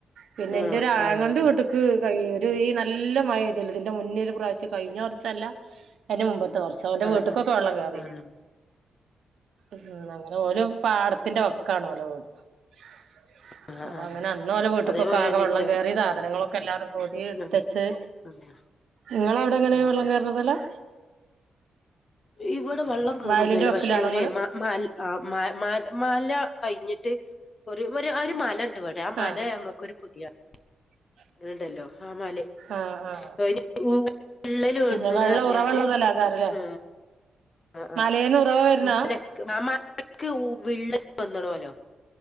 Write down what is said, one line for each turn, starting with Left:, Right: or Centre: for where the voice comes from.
Right: പിന്നെ
Left: ആഹ് ആഹ്
Right: എന്റെ ഒരു
Left: ആഹ്
Right: അങ്ങന്റെ വീട്ടിക്ക് കയ്യ് ഒരു ഈ നല്ല മഴ ഇതിന്റെ മുന്നൊരു പ്രാവശ്യം കഴിഞ്ഞ സെർല എന്റെ മുമ്പത്തെ വർഷം എന്റെ
Left: ആഹ്
Right: വീട്ടിക്കൊക്കെ
Left: ആഹ് ആഹ്
Right: വെള്ളം കേറി
Left: ആഹ് ആഹ്
Right: ഉം അങ്ങനെ ഓല പാടത്തിന്റെ വക്കാണ് ഓലോ <inaudible>
Left: ആഹ്
Right: അപ്പ
Left: ആഹ്
Right: അങ്ങനെ അന്ന ഓല വീട്ടി
Left: അതേപോലെന്നെ
Right: ക്കൊക്കെ ആകെ വെള്ളം
Left: ഇന്റെ
Right: കയറി സാധനങ്ങളൊക്കെ എല്ലാരും കൂടി എടുത്തച്ച്
Left: ആഹ് ആഹ്
Right: ങ്ങളവിടെ എങ്ങനെ
Left: അത്
Right: വെള്ളം
Left: ശരി
Right: കയറണ സ്ഥലം
Left: ഇവിടെ വെള്ളം കേറൊന്നുല്ല
Right: വയലിന്റെ വക്കിലാണോ
Left: പക്ഷെ ഒരു
Right: ഇങ്ങള്
Left: മ മൽ ആ മല മല മല കഴിഞ്ഞിട്ട് ഒരു ഒരു മല അത് പോട്ടെ ആ മല
Right: ആഹ്
Left: ഞങ്ങക്ക് ഒരു പുതിയാണ്
Right: <inaudible>
Left: അങ്ങനണ്ടല്ലോ ആ മലേ
Right: ആഹ്
Left: <unintelligible>
Right: ആഹ്
Left: വിള്ളല് വന്ന്ണ്
Right: പിന്നെ വെള്ളം
Left: പറഞ്ഞാണ്ട്
Right: ഉറവള്ള സ്ഥലാക്കാരല്ലേ
Left: ആ ആ ആ
Right: മലേന്ന് ഉറവ വരുന്നാ
Left: മലക്ക് ആ മലക്ക് വിള്ളല് വന്ന് ണോലോ